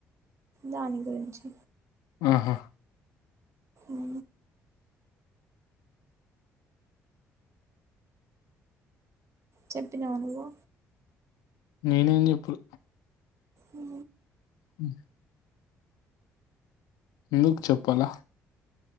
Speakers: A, on the right; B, on the left.
A: దాని గురించి
B: అహా
A: ఉ చెప్పినావు నువ్వు
B: నేనేం చెప్పుడు
A: ఉ
B: ఉమ్ ఎందుకు చెప్పాల